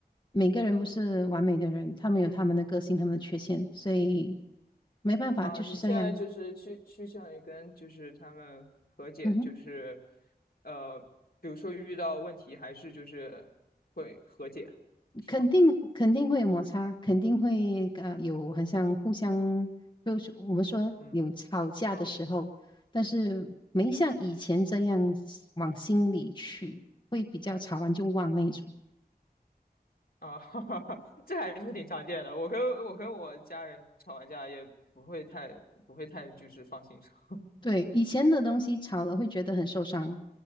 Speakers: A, on the left; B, on the left.
A: 每个人不是完美的人，他们有他们的个性，他们的缺陷，所以没办法，
B: 啊。
A: 就是这样。
B: 你现在就是趋趋向于跟就是他们和解，
A: 嗯哼。
B: 就是呃，比如说遇到问题还是就是会和解，是吗？
A: 肯定肯定会有摩擦，肯定会呃有很像互相，就是我们说有吵架的时候，
B: 嗯。啊。
A: 但是没像以前这样往心里去，会比较吵完就忘那一种。
B: 啊，<laughs> 哈哈哈，这还是挺常见的。我跟我跟我家人吵完架也不会太不会太就是放心上。<laughs>
A: 对，以前的东西吵了会觉得很受伤，